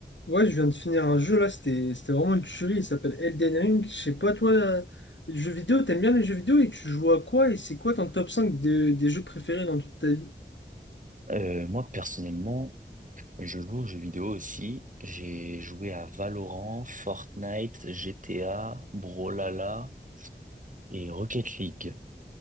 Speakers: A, on the left; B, on the right.
A: Ouais, je viens de finir un jeu là, c'était c'était vraiment une tuerie, il s'appelle Elden Ring. Je sais pas, toi, euh, les jeux vidéo, t'aimes bien les jeux vidéo et tu joues à quoi et c'est quoi ton top cinq de- des jeux préférés dans toute ta vie?
B: Euh, moi, personnellement, je joue aux jeux vidéo aussi. J'ai joué à Valorant, Fortnite, GTA, Brawlhalla et Rocket League.